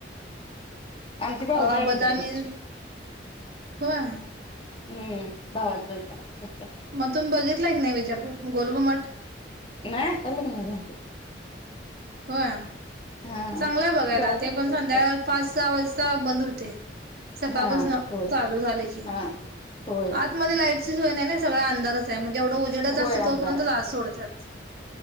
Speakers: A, on the left; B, on the right.
A: आमचे भाऊजय
B: अ..
A: आहे
B: बदामी.
A: विजापूरचे.
B: होय..
A: ह्म्म.. भावाच होय पर..
B: म.. तुम्ही बघितल की नाही? विजापूर गोल घुमट?
A: नाही आता <inaudible>
B: होय..
A: हा
B: चांगलंय बघायला.
A: जायचं
B: ते
A: होतं
B: पण
A: कधी
B: संध्या
A: तर
B: पाच सहा वाजता बंद होते. सकाळपासन
A: हा होय
B: चालू झाले की
A: हा होय
B: आतमध्ये लाईट नाही ना सगळा अंधारच आहे म्हणजे एवढं उजडच
A: होय
B: असते
A: अंधार
B: तोपर्यंत
A: आहे
B: आत सोडतात